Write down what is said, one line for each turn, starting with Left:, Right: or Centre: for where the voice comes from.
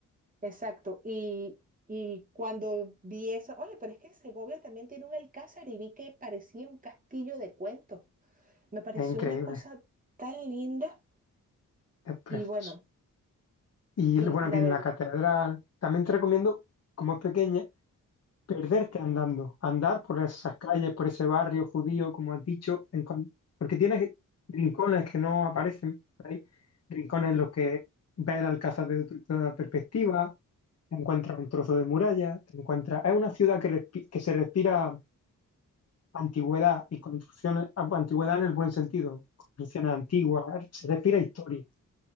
Right: Exacto, y, y cuando vi eso, oye, pero es que Segovia también tiene un Alcázar y vi que parecía un castillo de cuentos. Me pareció
Left: Es increíble,
Right: una cosa tan linda
Left: es
Right: y
Left: precioso.
Right: bueno,
Left: Y
Right: y
Left: bueno,
Right: la
Left: tiene
Right: verdad
Left: la catedral. También te recomiendo, como es pequeña, Perderte andando, andar por esas calles, por ese barrio judío, como has dicho, en con- porque tienes rincones que no aparecen por ahí, rincones en los que ves el Alcázar desde tu- toda perspectiva, te encuentras un trozo de muralla, te encuentras... Es una ciudad que, respi- que se respira antigüedad y construcciones, ah, bueno, antigüedad en el buen sentido, construcciones antiguas, se respira historia,